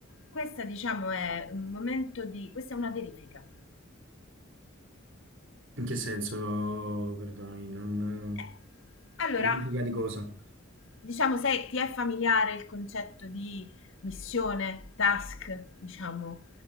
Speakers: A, on the left; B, on the right.
A: questa diciamo è un momento di, questa è una verifica.
B: In che senso, perdonami, non...
A: Eh, Allora,
B: Verifica di cosa?
A: diciamo, se ti è familiare il concetto di missione, task, diciamo,